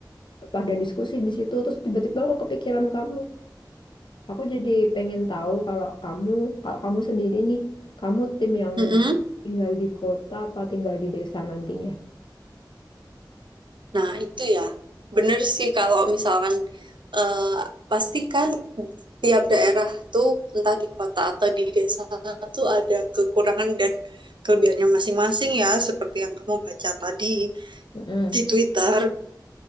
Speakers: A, on the left; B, on the right.
A: pada diskusi di situ, terus tiba-tiba aku kepikiran kamu. Aku jadi pengen tahu kalau kamu, kalau kamu sendiri nih, kamu tim yang
B: mm-mm.
A: tinggal di kota apa tinggal di desa nantinya?
B: Nah itu ya, bener sih kalau misalkan eh, pastikan tiap daerah tuh entah di kota atau di desa tuh ada kekurangan dan kelebihannya masing-masing ya, seperti yang kamu baca tadi
A: Mm-mm.
B: di Twitter.